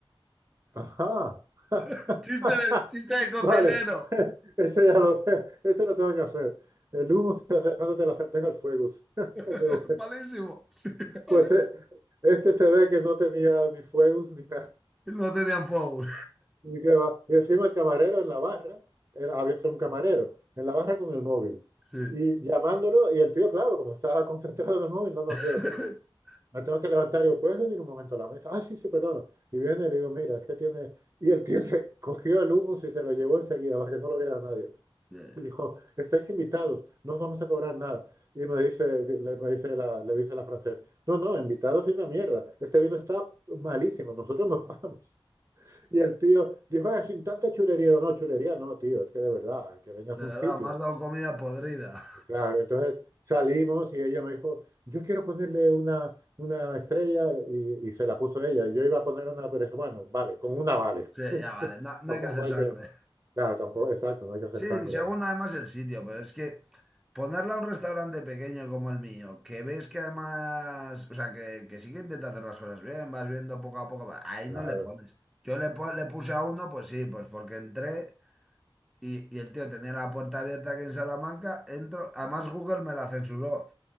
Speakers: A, on the right; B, in the centre.
A: Ajá. <laughs>
B: <laughs> Chiste de, chiste de cocinero.
A: Vale. <laughs> Ese ya lo, <laughs> ese lo tengo que hacer. El hummus está dejándote la sartén al fuego. <laughs>
B: <laughs>
A: Qué bueno.
B: Malísimo. Sí, vale.
A: Pues eh, este se ve que no tenía ni fuegos ni nada.
B: No tenían fuego.
A: Y, que va- y encima el camarero en la barra, era, había solo un camarero, en la barra con el móvil.
B: Sí.
A: Y llamándolo, y el tío, claro, como estaba <laughs> concentrado en el móvil, no nos
B: <laughs>
A: ve. Me tengo que levantar y digo, ¿puedes venir un momento a la mesa? Ah, sí, sí, perdón. Y viene y le digo, mira, es que tiene... Y el tío <laughs> se cogió el humus y se lo llevó enseguida para que no lo viera nadie.
B: De
A: Y dijo, estáis invitados, no os vamos a cobrar nada. Y me dice, le, me dice la, le dice la francesa, no, no, invitados es una mierda. Este vino está malísimo, nosotros nos <laughs> vamos. Y el tío dijo, "Ah, sin tanta chulería, Digo, no, chulería no, tío, es que de verdad, que vengas
B: verdad,
A: a un sitio.
B: me has dado comida podrida.
A: Claro, entonces salimos y ella me dijo, yo quiero ponerle una, una estrella y, y se la puso ella. Yo iba a poner una, pero dije, bueno, vale, con una vale.
B: Sí, ya vale, no, no
A: Tampoco
B: hay que hacer
A: hay
B: sangre.
A: que, claro, tampoco, exacto, no hay que hacer
B: Sí,
A: sangre,
B: según
A: hombre.
B: además el sitio, pero es que ponerla a un restaurante pequeño como el mío, que ves que además, o sea, que, que sí que intenta hacer las cosas bien, vas viendo poco a poco, ahí
A: claro.
B: no le pones. Yo le, pon- le puse a uno, pues sí, pues porque entré Y, y el tío tenía la puerta abierta aquí en Salamanca, entro, además Google me la censuró,